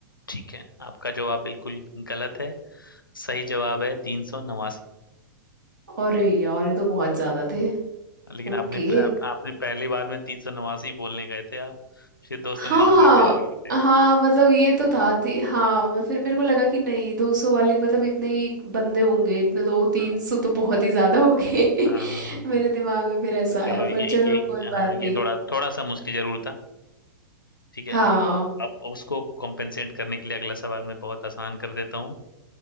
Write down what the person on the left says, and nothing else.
ठीक है आपका जवाब बिल्कुल गलत है सही जवाब है तीन सौ नवासी
लेकिन
आपने आप, आपने पहली बार में तीन सौ नवासी बोलने गए थे आप फिर दो सौ
निन्यानवे पे आ गए थे
हाँ
हाँ हाँ हाँ।
तो
चलो ये
ये
हाँ
ये
थोड़ा थोड़ा सा मुश्किल जरूर था ठीक
है लेकिन अब उसको कॉम्पेंसेट करने के लिए अगला सवाल मैं बहुत आसान कर देता हूँ